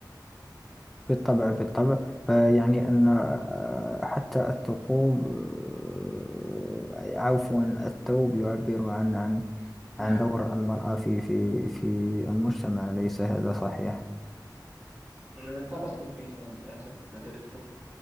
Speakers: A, in the centre; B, on the right.
A: بالطبع بالطبع فيعني أن آه، حتى الثقوب آه، عفوا الثوب يعبر عن عن
B: نعم
A: عن دور المرأة في في في المجتمع ليس هذا صحيح؟
B: بالطبع سوف يساهم الأدب أدب الطب